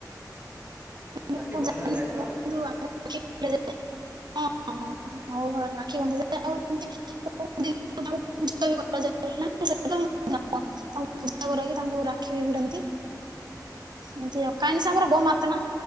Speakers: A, on the right; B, on the right.
A: ମୁଁ
B: ରାକ୍ଷୀ ବନ୍ଧାଯାଏ
A: ଜାଣି
B: ତ?
A: <inaudible> କିନ୍ତୁ ଆ କ୍ଷୀ ଭିଡ଼ା ଯାଏ।
B: <inaudible>
A: ହଁ ହଁ, ହଁ ଆଉ ରାଖି ବନ୍ଧାଯାଏ ଆଉ ଏମତି କୋଉ <unintelligible> ପୂଜା ବି କରାଯାଏ <unintelligible> ତାଙ୍କୁ ପୂଜା କରାହେଇକି ତାଙ୍କୁ ରାକ୍ଷୀ ବି ଭିଡ଼ନ୍ତି।
B: <inaudible>
A: ଏମତି ଆଉ କାଇଁ ନାଁ ସେ ଆମର ଗୋ ମାତା ନାଁ।